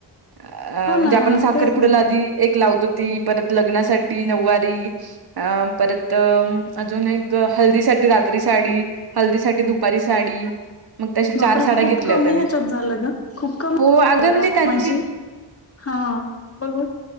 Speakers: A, on the right (about 55°); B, on the left (about 30°).
A: अ
B: हो
A: म्हणजे
B: ना
A: आपण साखर
B: तेच
A: पुड्याला
B: ना
A: आधी एक लावत होती परत लग्नासाठी नऊवारी अं परत अजून एक हल्दीसाठी रात्री साडी हल्दी साठी दुपारी साडी मग तशा
B: बापरे
A: चार साड्या
B: खूप
A: घेतल्या
B: कमी
A: होत्या मी
B: ह्याच्यात झालं ग खूप कमी
A: हो अगं
B: झालं
A: म्हणजे
B: का
A: त्यांची
B: माझे हा बोल ब